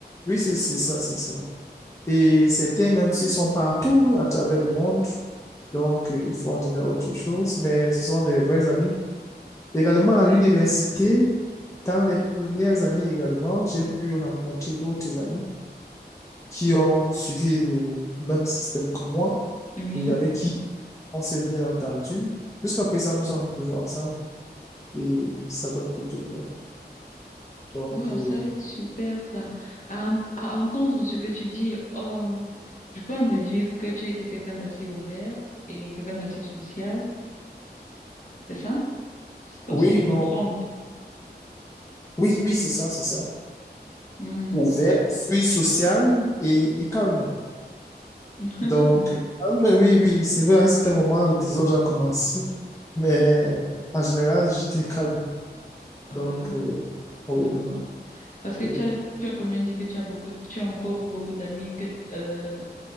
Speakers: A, on the left; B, on the left.
A: oui, c'est c'est ça, c'est ça. Et certains, même s'ils sont partout à travers le monde, donc euh, ils font déjà autre chose, mais ce sont des vrais amis. Également à l'université, dans les premières années également, j'ai pu rencontrer d'autres amis qui ont suivi le même système que moi
B: Oui,
A: et avec qui on s'est bien entendu. Jusqu'à présent, nous sommes toujours ensemble et ça donne plutôt bien. Donc,
B: waouh,
A: euh,
B: ça c'est super ça. À, ent- à entendre ce que tu dis, oh, je peux en déduire que tu étais quelqu'un d'assez ouvert et quelqu'un d'assez sociable, c'est ça? Sauf
A: oui,
B: si je
A: bon,
B: me trompe.
A: oui, oui, c'est ça, c'est ça.
B: Mm.
A: Ouvert, suis social et, et calme.
B: <laughs>
A: Donc, calme, oui, oui, c'est vrai, à un certain moment, le désordre a commencé, mais euh, en général, j'étais calme.
B: Ouais,
A: Donc, euh, oui.
B: je vois. Parce que
A: Oui,
B: tu as, tu as quand même dit que tu as beaucoup, tu as encore beaucoup d'amis que, euh,